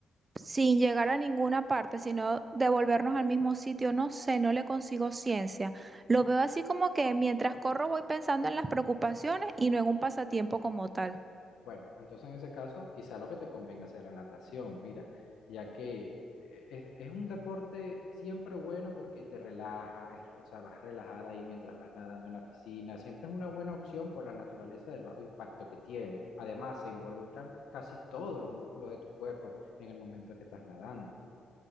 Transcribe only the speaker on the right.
sin llegar a ninguna parte, sino devolvernos al mismo sitio, no sé, no le consigo ciencia. Lo veo así como que mientras corro voy pensando en las preocupaciones y no en un pasatiempo como tal.